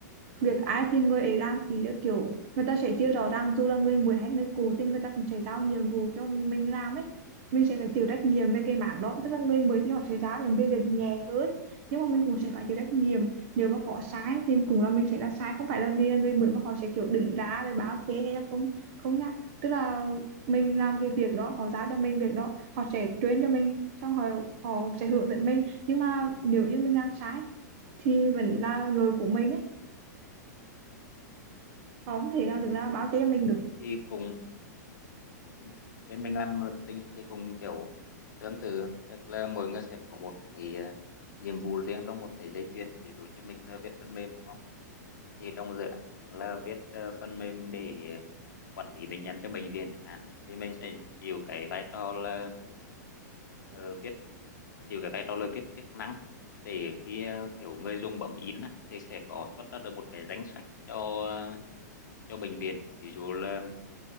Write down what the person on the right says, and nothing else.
việc ai thì người ấy làm ý là kiểu người ta sẽ chia rõ ràng dù là người mới hay người cũ thì người ta cũng sẽ giao nhiệm vụ cho mình làm ấy mình sẽ phải chịu trách nhiệm về cái mảng đó tức là người mới thì họ sẽ giao những cái việc nhẹ hơn nhưng mà mình cũng sẽ phải chịu trách nhiệm nếu mà có sai thì cũng là mình sẽ là sai không phải là vì là người mới mà họ sẽ kiểu đứng ra để báo chê hay là không không nha tức là mình làm cái việc đó họ giao cho mình việc đó họ sẽ truyền cho mình xong họ họ sẽ hướng dẫn mình nhưng mà nếu như mình làm sai thì vẫn là lỗi của mình ấy không
thể nào được ra báo cho mình
được